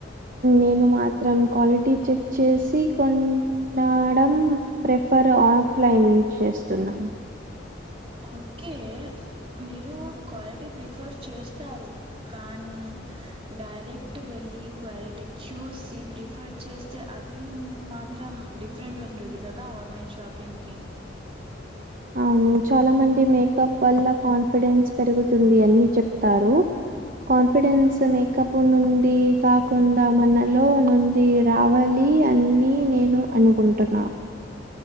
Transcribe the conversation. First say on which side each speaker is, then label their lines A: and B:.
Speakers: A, on the right (about 45°); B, on the right (about 30°).
A: నేను మాత్రం క్వాలిటీ చెక్ చేసి కొన్నాడం రే ప్రిఫర్ ఆఫ్లైన్ చేస్తున్నాను
B: ఓకే మీరు క్వాలిటీ ప్రిఫర్ చేస్తారు కానీ డైరెక్ట్ వె లి క్వాలిటీ చూసి ప్రిఫర్ చేస్తే అది మాత్రం డిఫరెంట్ ఉంటది. తాత ఆన్లైన్ షాపింగ్ కి
A: <inaudible> అవును చాలా మంది మేకప్ వల్ల కాన్ఫిడెన్స్ పెరుగుతుంది అని చెప్తారు. కాన్ఫిడెన్స్ మేకప్ ఉన్ ఉంది. కాకుండా మనలో నుంది రావాలి అన్ని నేను అనుకుంటున్నా <inaudible>